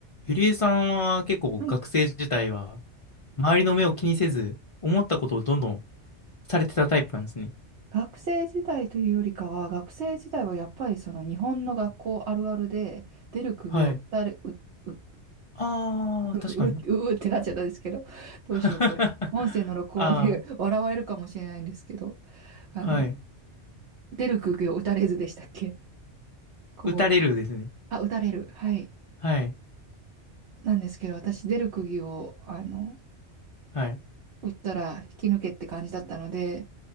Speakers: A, on the left (about 45°); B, on the right (about 70°).
A: ゆりえさんは結構学生時代は
B: はい、
A: 周りの目を気にせず思ったことをどんどんされてたタイプなんですね。
B: 学生時代というよりかは、学生時代はやっぱりその日本の学校あるあるで、出る釘を打たれ、
A: はい。
B: う、う、<laughs> う、
A: ああ、確かに。
B: う、ううってなっちゃったんですけど、どうしよう、
A: <laughs>
B: これ。音声の録音で
A: あ
B: <laughs> 笑われるかもしれないんですけど、あの、
A: あ、はい。
B: 出る釘を打たれずでしたっけ小声。
A: 打たれるですね。
B: あ、打たれる。はい。
A: はい。
B: なんですけど、私、出る釘を、あの、
A: はい。
B: 打ったら引き抜けって感じだったので、